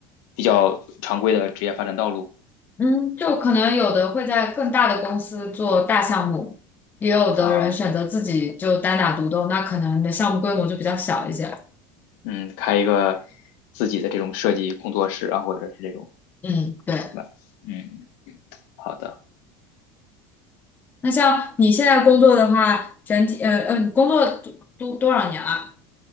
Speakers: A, on the left (about 70°); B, on the left (about 20°).
A: 比较常规的职业发展道路
B: 嗯，就可能有的会在更大的公司做大项目，也有的人选择自己就单打独斗，
A: 啊，
B: 那可能你的项目规模就比较小一些。
A: 嗯，开一个自己的这种设计工作室啊，或者是这种，
B: 嗯，对。
A: 对吧？嗯，好的，
B: 那像你现在工作的话，整体呃呃，你工作多多多少年了？